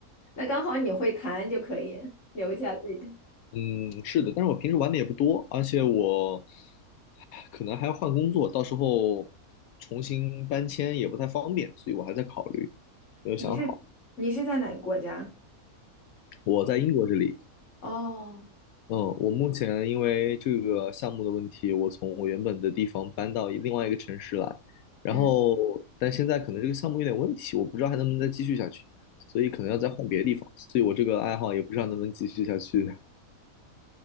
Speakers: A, on the left (about 55°); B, on the left (about 80°).
A: 那刚好你会弹就可以留下自己的。
B: 嗯，是的，但是我平时玩的也不多，而且我可能还要换工作，到时候重新搬迁也不太方便，所以我还在考虑，没有想好。
A: 你是你是在哪个国家？
B: 我在英国这里，
A: 哦，
B: 嗯，我目前因为这个项目的问题，我从我原本的地方搬到另外一个城市来，然后但现在可能这个项目有点问题，
A: 嗯，
B: 我不知道还能不能再继续下去，所以可能要再换别的地方，所以我这个爱好也不知道能不能继续下去，